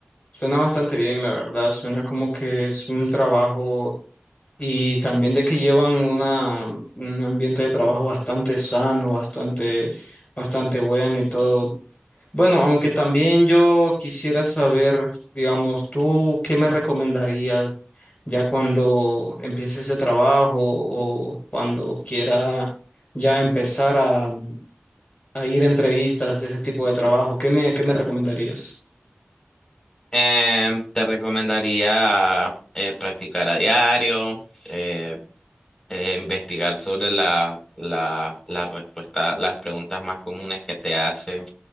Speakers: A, on the left (about 35°); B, on the left (about 15°).
A: suena bastante bien, la verdad, suena como que es un trabajo y también de que llevan una, un ambiente de trabajo bastante sano, bastante, bastante bueno y todo. Bueno, aunque también yo quisiera saber, digamos, tú qué me recomendarías ya cuando empiece ese trabajo o cuando quiera ya empezar a, a ir a entrevistas de ese tipo de trabajo, ¿qué me, qué me recomendarías?
B: Em, te recomendaría eh, practicar a diario, eh, eh, investigar sobre la, la, la respuesta, las preguntas más comunes que te hacen